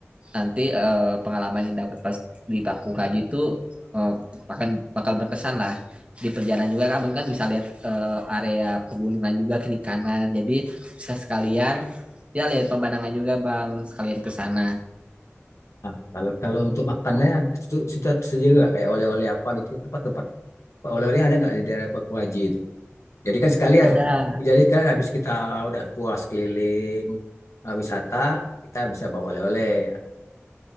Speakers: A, on the right; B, on the left.
A: nanti eh, pengalaman yang dapat pas di Paku Haji itu eh, akan bakal berkesan lah. Di perjalanan juga Abang kan bisa lihat eh, area pegunungan juga kiri kanan. Jadi bisa sekalian ya lihat pemandangan juga Bang, sekalian ke sana.
B: Nah, kalau kalau untuk makannya itu sudah tersedia nggak kayak oleh-oleh apa gitu tempat-tempat oleh-olehnya ada nggak di daerah Pak Haji itu? Jadi kan sekalian,
A: Ada.
B: jadi kan habis kita udah puas keliling eh, wisata, kita bisa bawa oleh-oleh.